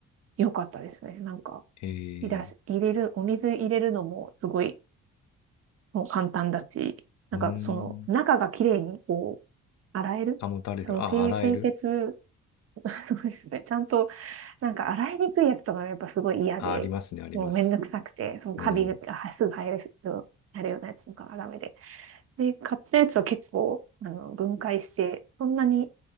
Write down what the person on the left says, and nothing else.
え
ー。
うーん。
保たれる。
あ、洗える。
あ、ありますね、あります。
うん。